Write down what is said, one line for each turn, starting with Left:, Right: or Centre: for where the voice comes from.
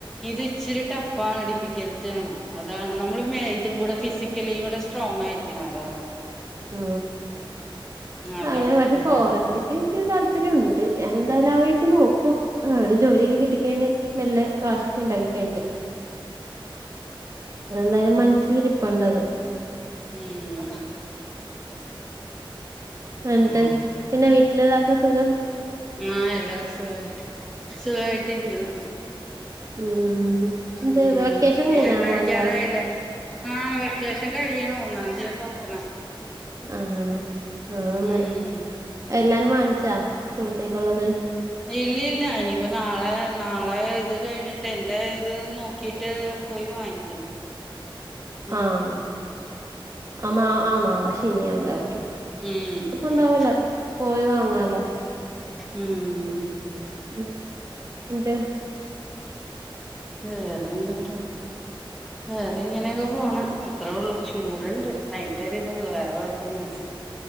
Centre: ഇത് ഇച്ചിരി ടഫാ ഡിഫിക്കൽറ്റാണ് അതാണ് നമ്മള് മേ ഇതും കൂടെ ഫിസിക്കലിയും കൂടെ സ്ട്രോങ് ആയിരിക്കണം അതാണ്
Right: ഉ.
Centre: അതാ
Right: അങ്ങനെ പക്ഷെ
Centre: ഉം
Right: ഫോറൻസിക് എനിക്ക് താല്പര്യ ഉണ്ട്. ഞാൻഎന്തായാലും ആവഴിക്ക് നോക്കും, ഒര്ജോലിയൊക്കെ കിട്ടി കഴിഞ്ഞാ മെല്ലെ കാശെക്കെ ഇണ്ടാക്കികഴിഞ്ഞിട്ട് അതന്തായാലും മനസിലിരിപ്പുണ്ട് അത്
Centre: ഉം
Right: എന്നിട്ട്
Centre: ഉം
Right: പിന്നെ വീട്ടിലെല്ലാർക്കും സുഖം
Centre: ആ എല്ലാരും. സുഖാസുഖായിട്ടിരിക്ക്ണ്.
Right: ഉം ഉം എന്നിട്ട്
Centre: മ്
Right: വെക്കേഷൻ
Centre: <unintelligible>
Right: കഴിഞ്ഞാ
Centre: കഴിക്കാറായില്ലേ
Right: മോന്റെ
Centre: ആ വെക്കേഷൻ കഴിയിണു ഒ ന്നാത്തിയാണ് തൊറക്ക് ണേ
Right: ആആ നന്നായി,
Centre: ഉം
Right: എല്ലാ നും ച്ചാ. സ്കൂളത്തേക്ക്ള്ളത്.
Centre: ഇല്ല ഇല്ല ഇനിയിപ്പ നാളെ നാളെ ഇത് കഴിഞ്ഞിട്ട് എന്റെ, ഇത് നോക്കിട്ട്. പോയി വാങ്ങിക്കണം.
Right: <inaudible>
Centre: ഉം
Right: ആഹ് ആ. നാ, നാളെ ശനിയാണല്ലേ ഓക്കെ
Centre: ഉം
Right: അപ്പൊ
Centre: ഉം
Right: ഉണ്ടാവില്ല
Centre: ഉം
Right: പോയിവാ. ങ്ങാലേ
Centre: ഉം
Right: ഉ, എന്ത്
Centre: വേറെ എന്തട്ടാ?
Right: <inaudible>
Centre: വേറെ ഇങ്ങനെയൊക്കെ പോണ് അത്രേ ള്ളു. ചൂടുണ്ട് അയിന്റെ ഒരിതള്ളൂ വേറെ കുഴപ്പൊന്നുല്ല.